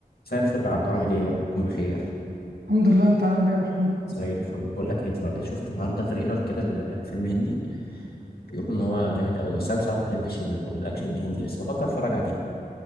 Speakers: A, on the left; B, on the right.
A: مساء الفل يا عبدو عامل ايه يا رب تكون بخير
B: الحمد لله انت عامل ايه يا ابو حميد
A: زي الفل بقول لك ايه اتفرج- شفت النهارده تريلر كده ال- الفيلم هندي بيقولوا ان هو جامد قوي بس انا بصراحه ما بحبش ال- الاكشن الهندي بس بفكر اتفرج عليه